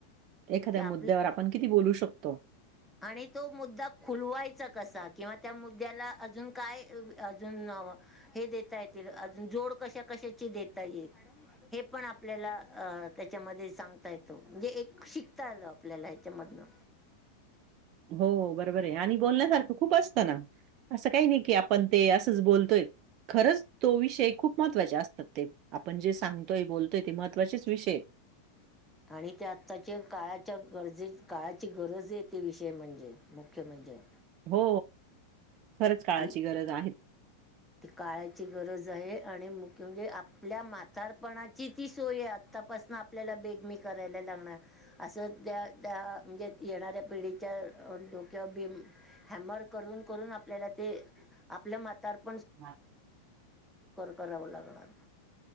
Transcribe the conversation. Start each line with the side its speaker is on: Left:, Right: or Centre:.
Right: एखाद्या
Centre: की आपलं
Right: मुद्द्यांवर आपण किती बोलु शकतो
Centre: आणि तो मुद्दा खुलवायचा कसा किंवा त्या मुद्द्याला अजुन काय अजुन अं हे देता येतील अजुन जोड कशा -कशाची देता येईल हे पण आपल्याला अं त्याच्यामध्ये सांगता येत म्हणजे ऐकं शिकता आल आपल्याला हेच्यामधन
Right: हो बरोबर आहे आणि बोलण्यासारख खुप असत ना अस काही नाही की आपण ते असच बोलतोय खरंच तो विषय खुप महत्त्वाचे असतात ते आपण जे सांगतोय बोलतोय ते महत्त्वाचेच विषय आहेत
Centre: आणि ते आत्ताच्या काळाच्या गरजे काळाची गरज आहे ते विषय म्हणजे मुख्य म्हणजे
Right: हो खरच काळाची
Centre: ती
Right: गरज आहे
Centre: ती काळाची गरज आहे आणि मुख्य म्हणजे आपल्या म्हातारपणाची ती सोय आहे तपासन आपल्याला बेगमी करायला लागणार असच त्या त्या म्हणजे येणाऱ्या पिढीच्या डोक्यावर बी हॅमर करून करून आपल्याला ते आपल्या म्हातरप
Right: <inaudible>
Centre: करावं लागणार